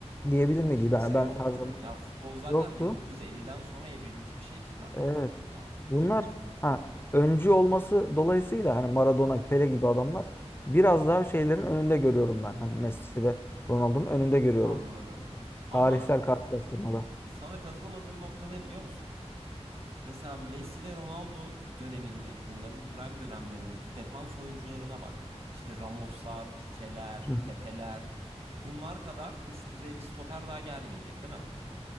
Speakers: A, on the left; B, on the right.
A: diyebilir miydi?
B: Kimse
A: Ben, ben
B: yoktu.
A: tarzım
B: Ya futbol zaten
A: yoktu.
B: 1950'den sonra evrilmiş bir şey ki zaten
A: Evet.
B: baktığın zaman.
A: Bunlar ha, öncü olması dolayısıyla hani Maradona, Pele gibi adamlar biraz daha şeylerin önünde görüyorum ben. Hani Messi ve Ronaldo'nun önünde görüyorum.
B: Anladım. Ama
A: Tarihsel karşılaştırmada.
B: sana katılmadığım nokta ne biliyor musun? Mesela Messi ve Ronaldo döneminde bunların prime dönemlerindeki defans oyuncularına bak. İşte Ramoslar, Pikeler,
A: Hı hı.
B: Pepeler bunlar kadar üst düzey bir stoper daha gelmeyecek değil mi?